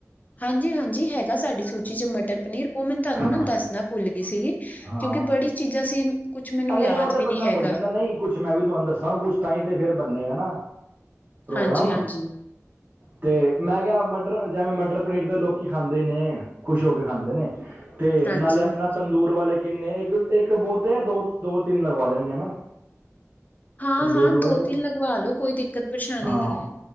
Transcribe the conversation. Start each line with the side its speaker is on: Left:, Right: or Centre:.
Left: ਹਾਂਜੀ ਹਾਂਜੀ ਹੈਗਾ ਸਾਡੀ ਸੂਚੀ ਚ' ਮਟਰ ਪਨੀਰ ਉਹ ਮੈ ਤੁਵਾਨੂੰ
Right: ਹਾਂ
Left: ਨਾ ਦੱਸਣਾ ਭੁੱਲ ਗੀ ਸੀਗੀ।
Right: ਹਾਂ
Left: ਕਿਉਂਕਿ ਬੜੀ ਚੀਜ਼ਾਂ ਸੀ। ਕੁਛ ਮੈਨੂੰ
Right: ਨਹੀਂ
Left: ਯਾਦ
Right: ਉਹ ਤੇ ਬੰਦਾ
Left: ਵੀ ਹੈਗਾ।
Right: ਭੁੱਲ ਜਾਂਦਾ ਨਹੀਂ। ਕੁਛ ਮੈਂ ਵੀ ਤੁਹਾਨੂੰ ਦੱਸਾਂ ਕੁਛ ਤਾਈ ਤੇ ਫੇਰ ਬੰਨੇਗਾ ਨਾ ਪ੍ਰੋਗਰਾਮ।
Left: ਹਾਂਜੀ-ਹਾਂਜੀ,
Right: ਤੇ ਮੈਂ ਕਿਹਾ ਮਟਰ ਜੈਵੇ ਮਟਰ ਪਨੀਰ ਤਾਂ ਲੋਕੀ ਖਾਂਦੇ ਇ ਨੇ। ਖੁਸ਼ ਹੋ ਕੇ ਖਾਂਦੇ ਨੇ ਤੇ
Left: ਹਾਂਜੀ-ਹਾਂਜੀ।
Right: ਨਾਲੇ ਆਪਣਾ ਤੰਦੂਰ ਵਾਲੇ ਕਿੰਨੇ ਇੱਕ ਇੱਕ ਬਹੁਤੇ ਆ ਦੋ, ਦੋ ਤਿੰਨ ਲਗਵਾ ਦੇਣੇ ਆ ਨਾ।
Left: ਹਾਂ
Right: ਤੰਦੂਰ
Left: ਹਾਂ
Right: ਵਾਲੇ
Left: ਦੋ ਤਿੰਨ ਲਗਵਾ ਲੋ ਕੋਈ ਦਿੱਕਤ ਪਰੇਸ਼ਾਨੀ
Right: ਹਾਂ
Left: ਨੀ ਹੈ।